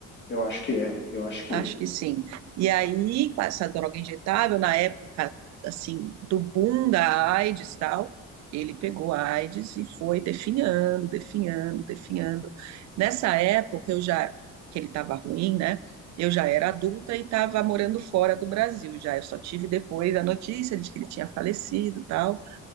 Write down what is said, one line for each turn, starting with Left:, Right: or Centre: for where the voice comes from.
Left: Eu acho que é, eu acho que
Right: Acho
Left: é.
Right: que sim. E aí, com essa droga injetável, na época, assim, do boom da AIDS e tal, ele pegou a AIDS e foi definhando, definhando, definhando. Nessa época, eu já, que ele estava ruim, né? Eu já era adulta e estava morando fora do Brasil já. Eu só tive depois a notícia de que ele tinha falecido e tal.